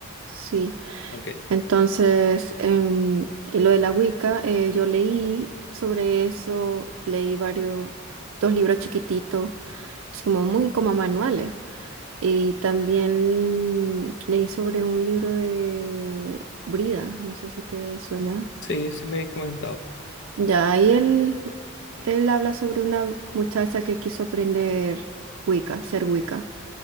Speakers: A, on the right; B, on the left.
A: sí.
B: Ok.
A: Entonces, em, y lo de la Wicca, eh, yo leí sobre eso, leí varios, dos libros chiquititos, así como muy como manuales. Y también leí sobre un libro de Brida, no sé si te suena.
B: Sí, sí me habéis comentado.
A: Ya, ahí él, él habla sobre una muchacha que quiso aprender Wicca, ser Wicca.